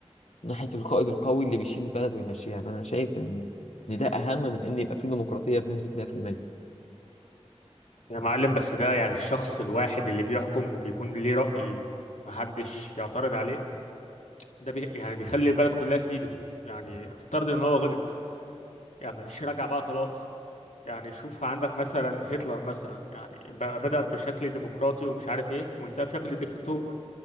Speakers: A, on the left; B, on the left.
A: ناحية القائد القوي اللي بيشيل البلد ويمشيها فأنا شايف إن إن ده أهم من إن يبقى فيه ديمقراطية بنسبة 100%
B: يا معلم بس ده يعني الشخص الواحد اللي بيحكم وبيكون ليه رأي محدش يعترض عليه ده بي يعني بيخلي البلد كلها في ايده يعني افترض ان هو غلط يعني مفيش رجعة بقى خلاص يعني شوف عندك مثلا هتلر مثلا يعني ب- بدأ بشكل ديمقراطي ومش عارف ايه وانتهى بشكل ديكتاتور